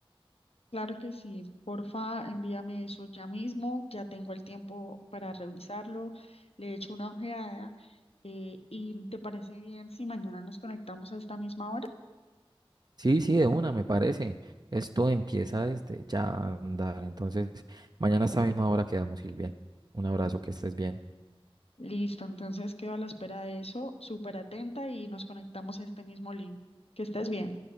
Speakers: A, on the left (about 80°); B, on the right (about 45°).
A: Claro que sí, porfa, envíame eso ya mismo, ya tengo el tiempo para revisarlo, le echo una ojeada eh, y ¿te parece bien si mañana nos conectamos a esta misma hora?
B: Sí, sí, de una, me parece. Esto empieza desde ya a andar. Entonces, mañana a esta misma hora quedamos, Silvia. Un abrazo, que estés bien.
A: Listo, entonces quedo a la espera de eso, súper atenta y nos conectamos a este mismo link. Que estés bien.